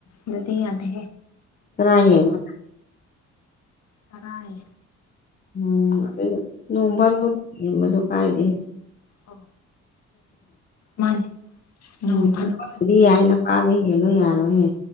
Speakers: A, on the left; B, on the left.
A: ꯑꯗꯨꯗꯤ ꯌꯥ ꯇ
B: ꯇꯔꯥ ꯍꯦꯟꯕ
A: ꯇꯔꯥꯏ
B: ꯎꯝ ꯑꯗꯨ ꯅꯣꯡ ꯐꯗ ꯑꯃꯁꯁꯨ ꯀꯥꯏꯗꯦꯦ
A: ꯑ ꯃꯥꯅꯦ ꯅꯣꯡ
B: ꯎꯝ
A: ꯐꯥꯗꯣꯛ
B: ꯑꯗꯨꯗꯤ ꯌꯥꯏꯦꯅꯄꯥꯥꯗꯩ ꯍꯦꯜꯂꯨ ꯌꯥꯔꯣꯍꯦ